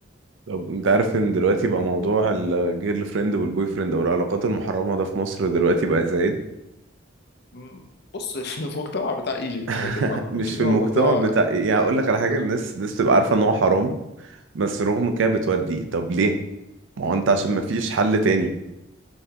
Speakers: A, on the right; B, on the left.
A: طب انت عارف ان دلوقتي بقى موضوع الجيرل فريند والبوي فريند او العلاقات المحرمه ده في مصر دلوقتي بقى زايد
B: مم، بص <laughs> في المجتمع بتاع ايجيبت
A: <laughs>
B: لكن ما اعتقدش
A: مش
B: ان
A: في المجتمع
B: هو مجتمع
A: بتاع يعني هقول لك على
B: آه،
A: حاجه الناس الناس بتبقى عارفه ان هو حرام بس رغم كده بتودي طب ليه ما هو انت عشان
B: آه،
A: ما فيش حل تاني